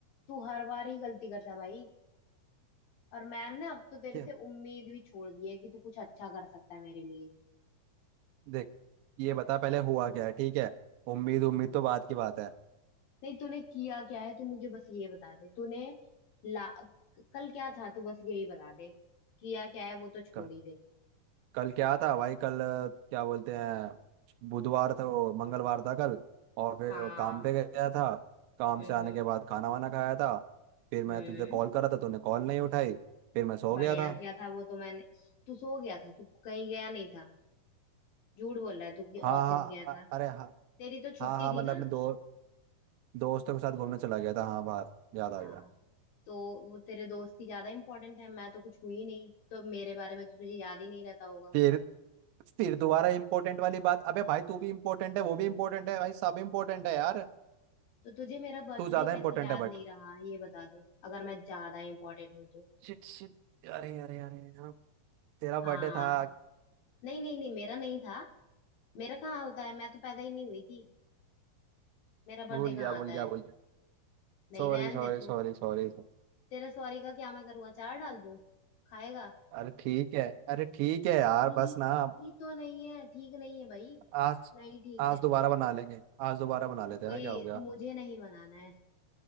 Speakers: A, on the left; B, on the right.
A: तू हर बार ही गलती करता भाई और मैंने अब तो तेरे
B: क्या
A: से उम्मीद भी छोड़ दी है कि तू कुछ अच्छा कर सकता है मेरे लिए
B: देख ये बता पहले हुआ क्या है ठीक है उम्मीद उम्मीद तो बात की बात
A: नहीं तूने किया क्या है तू मुझे बस ये बता दे तूने ला कल क्या था तू बस यही बता दे किया क्या है वो तो छोड़
B: है
A: ही दे
B: कल क्या था भाई कल अ, क्या बोलते हैं बुधवार था वो मंगलवार था कल और फिर
A: हाँ
B: वो काम पे गया था काम
A: हम्म
B: से आने
A: हम्म
B: के बाद खाना वाना खाया था फिर मैं
A: हम्म
B: तुझे कॉल करा था तूने कॉल नहीं उठाई फिर मैं सो
A: बढ़िया
B: गया था
A: किया था वो तो मैंने तू सो गया था तू कहीं गया नहीं था झूठ बोल रहा है तू कि
B: हाँ
A: ऑफिस
B: हाँ
A: गया था
B: अ- अरे हाँ
A: तेरी तो
B: हाँ
A: छुट्टी
B: हाँ
A: थी
B: मतलब
A: ना
B: अपने दो दोस्तों के साथ घूमने चला गया था हाँ बाहर याद आ
A: हाँ
B: गया
A: तो वो तेरे दोस्ती ज्यादा इंपॉर्टेंट है मैं तो कुछ हुई नहीं तो मेरे बारे में तो तुझे याद ही नहीं रहता होगा
B: फिर फिर दोबारा इंपॉर्टेंट वाली बात अबे भाई तू भी इंपॉर्टेंट है वो भी इंपॉर्टेंट है भाई सब इंपॉर्टेंट है यार
A: तो तुझे मेरा बर्थडे
B: तू ज्यादा
A: कैसे
B: इंपॉर्टेंट
A: याद
B: है बट
A: नहीं रहा ये बता दे अगर मैं ज्यादा इंपॉर्टेंट हूँ तो
B: शिट शिट अरे अरे अरे हाँ तेरा
A: हाँ
B: बर्थडे था
A: नहीं नहीं नहीं मेरा नहीं था मेरा कहाँ होता है मैं तो पैदा ही नहीं हुई थी मेरा बर्थडे
B: भूल
A: कहाँ
B: गया भूल
A: आता
B: गया
A: है
B: भूल गया
A: नहीं
B: Sorry
A: रहन
B: sorry
A: दे तू
B: sorry sorry
A: तेरे सॉरी का क्या मैं करूँ अचार डाल दूँ खाएगा
B: अरे ठीक है अरे ठीक है यार
A: ठीक
B: बस ना अब
A: ही तो नहीं है ठीक नहीं है भाई
B: आज
A: नहीं ठीक है
B: आज दोबारा बना लेंगे आज दोबारा बना लेते
A: कोई
B: हैं ना क्या हो गया
A: मुझे नहीं मनाना है